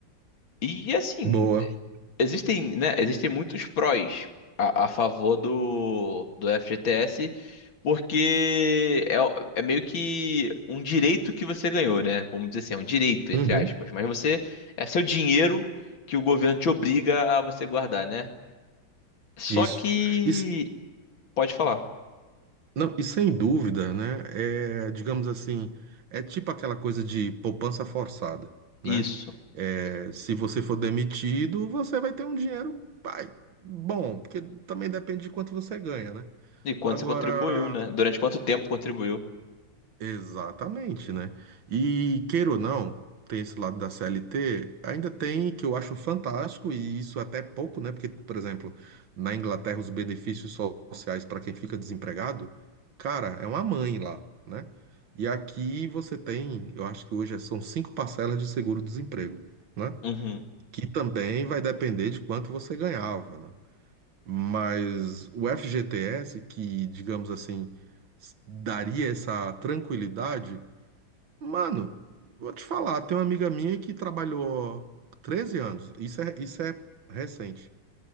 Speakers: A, on the left (about 80°); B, on the right (about 80°).
A: E assim,
B: boa.
A: existem, né, existem muitos prós a, a favor do, do FGTS, porque é, é meio que um direito que você ganhou, né? Vamos dizer assim, é um direito, entre
B: Uhum,
A: aspas, mas você é seu dinheiro que o governo te obriga a você guardar, né? Só
B: isso.
A: que
B: Isso,
A: pode falar.
B: não, e sem dúvida, né? É, digamos assim, é tipo aquela coisa de poupança forçada,
A: Isso.
B: né? É, se você for demitido, você vai ter um dinheiro, pai, bom, porque também depende de quanto você ganha, né?
A: E quanto
B: Agora,
A: você contribuiu, né? Durante quanto tempo contribuiu?
B: Exatamente, né? E queira ou não, tem esse lado da CLT, ainda tem que eu acho fantástico, e isso até é pouco, né? Porque, por exemplo, na Inglaterra, os benefícios sociais para quem fica desempregado, cara, é uma mãe lá, né? E aqui você tem, eu acho que hoje são cinco parcelas de seguro-desemprego, né?
A: Uhum.
B: Que também vai depender de quanto você ganhava, né? Mas o FGTS, que, digamos assim, s- daria essa tranquilidade Mano, vou te falar, tem uma amiga minha que trabalhou 13 anos, isso é, isso é recente.